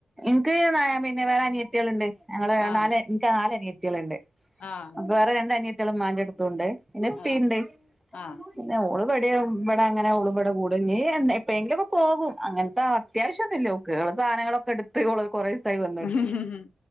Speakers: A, in the centre; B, on the left.
A: ഇനിക്ക് പിന്നെ വേറെ അനിയത്തള് ഇണ്ട് ഞങ്ങള്
B: ആഹ്
A: നാല് ഇനിക്ക് നാല് അനിയത്തിള്ണ്ട്
B: ആഹ്
A: വേറെ രണ്ടനിയത്തിയാള് മ്മാന്റ ടുത്തൂണ്ട്. പിന്നെ ഇപ്പീണ്ട്
B: ആഹ് ആഹ്
A: ന്നെ ഓള് വടെവു വ്ട ങ്ങനെ ഓള് വ് കൂടും ഞ്ഞി. ന്ന് എപ്പഴങ്കിലും ഒക്കെ പോകും. അങ്ങനത്തെ അത്യാവശ്യ ന്നൂല്ലോക്ക്‌ ഓളെ സാധനങ്ങളൊക്കെടുത്ത് ഓള് കുറേസായി വന്ന്
B: ഹു ഹു ഹും ഉം